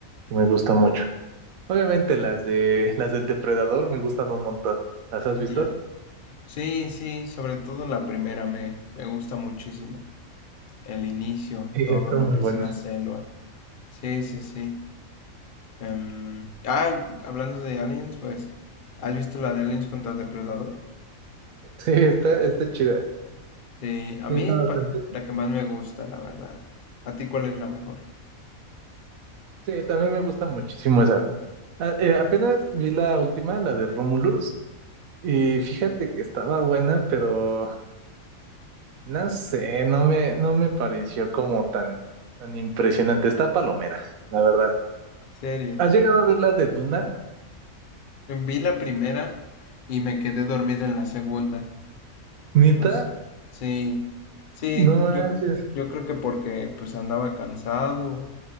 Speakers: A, on the right; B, on the left.
A: Que me gusta mucho. Obviamente las de las del depredador me gustan un montón. ¿Las has
B: ya.
A: visto?
B: Sí, sí, sobre todo la primera me, me gusta muchísimo. El inicio,
A: Sí,
B: todo
A: está
B: lo
A: muy
B: que
A: buena.
B: es la selva. Sí, sí, sí. Em, ah, hablando de Aliens, pues, ¿has visto la de Aliens contra Depredador?
A: Sí, está, está chida.
B: Sí, a
A: Sí, está
B: mí
A: bastante.
B: pa- la que más me gusta, la verdad. ¿A ti cuál es la mejor?
A: Sí, también me gusta muchísimo esa. A- eh, apenas vi la última, la de Romulus, y fíjate que estaba buena, pero no sé, no me, no me pareció como tan, tan impresionante. Está palomera, la verdad.
B: Serio.
A: ¿Has llegado a ver la de Duna?
B: Vi la primera y me quedé dormido en la segunda.
A: Nita,
B: No s- sí, sí,
A: no manches.
B: yo, yo creo que porque pues andaba cansado